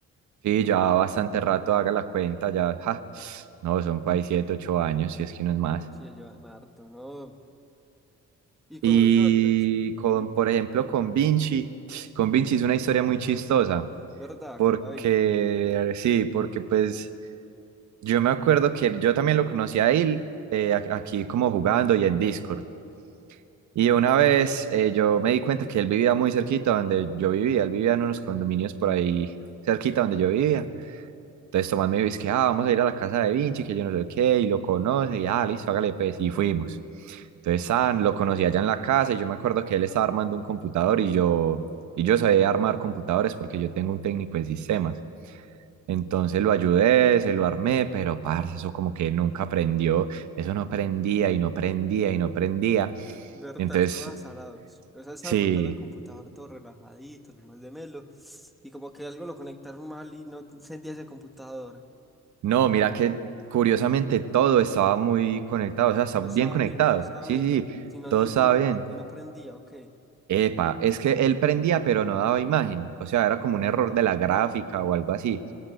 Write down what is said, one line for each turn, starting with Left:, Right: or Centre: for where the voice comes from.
Right: Sí, ya bastante rato haga la cuenta, ya, ja, no, son por ahí siete, ocho años, si es que no es más.
Centre: Sí, ya llevan harto, ¿no? Y con
Right: Y
Centre: los otros.
Right: con,
Centre: Di-
Right: por ejemplo, con Vinci, con Vinci es una historia muy chistosa
Centre: ¿Verdad?
Right: porque,
Centre: Con David.
Right: sí, porque pues yo me acuerdo que yo también lo conocí a él eh, a- aquí como jugando y en Discord. Y una vez eh, yo me di cuenta que él vivía muy cerquita donde yo vivía, él vivía en unos condominios por ahí cerquita donde yo vivía. Entonces Tomás me dice que ah, vamos a ir a la casa de Vinci, que yo no sé qué, y lo conoce, y ah, listo, hágale pues, y fuimos. Entonces San lo conocí allá en la casa y yo me acuerdo que él estaba armando un computador y yo, y yo sabía armar computadores porque yo tengo un técnico en sistemas. Entonces lo ayudé, se lo armé, pero parce, eso como que nunca aprendió, eso no prendía y no prendía y no prendía.
Centre: Verdad,
Right: Entonces
Centre: todos azarados. O sea, estaban
Right: Sí,
Centre: montando el computador todo relajadito, lo más de melo. Y como que algo lo conectaron mal y no encendía ese computador.
Right: no, mira que curiosamente todo estaba muy conectado, o sea, está
Centre: Todo
Right: bien
Centre: estaba
Right: conectado.
Centre: bien, todo estaba
Right: Sí,
Centre: melo.
Right: sí, sí,
Centre: Si no,
Right: todo
Centre: no entendían
Right: estaba bien.
Centre: por qué no prendía o qué.
Right: Epa, es que él prendía, pero no daba imagen, o sea,
Centre: Ah,
Right: era como
Centre: gonorrea.
Right: un error de la gráfica o algo así.